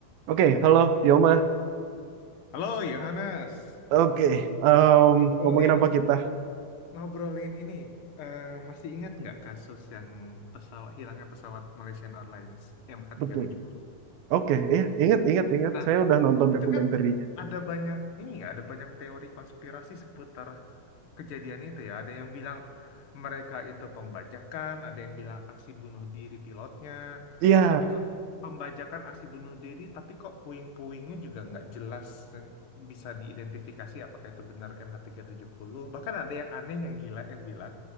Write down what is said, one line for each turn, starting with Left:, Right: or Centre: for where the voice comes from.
Right: Oke, halo Yoma.
Left: Halo Yohanes,
Right: Oke, em,
Left: ngobrolin
Right: ngomongin apa kita?
Left: ngobrolin ini eh, masih ingat nggak kasus yang pesawat hilangnya pesawat Malaysian Airlines MH370?
Right: Betul. Oke, iya, ingat, ingat, ingat.
Left: Nah,
Right: Saya udah nonton
Left: itu
Right: dokumenterinya.
Left: kan ada banyak ini ya, ada banyak teori konspirasi seputar kejadian itu ya. Ada yang bilang mereka itu pembajakan, ada yang bilang aksi bunuh diri pilotnya.
Right: Iya,
Left: Tapi kok pembajakan aksi bunuh diri, tapi kok puing-puingnya juga nggak jelas eh, bisa diidentifikasi apakah itu benar MH370. Bahkan ada yang aneh yang gila yang bilang